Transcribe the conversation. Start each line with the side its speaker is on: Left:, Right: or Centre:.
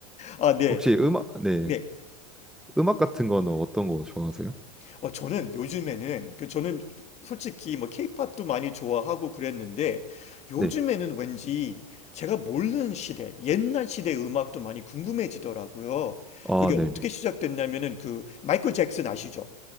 Left: 아, 네.
Centre: 혹시 음악, 네.
Left: 네.
Centre: 음악 같은 거는 어떤 거 좋아하세요?
Left: 어, 저는 요즘에는 그 저는 솔직히 뭐 케이팝도 많이 좋아하고 그랬는데 요즘에는
Centre: 네.
Left: 왠지 제가 모르는 시대, 옛날 시대 음악도 많이 궁금해지더라고요.
Centre: 아,
Left: 그게 어떻게
Centre: 네네.
Left: 시작됐냐면은 그 마이클 잭슨 아시죠?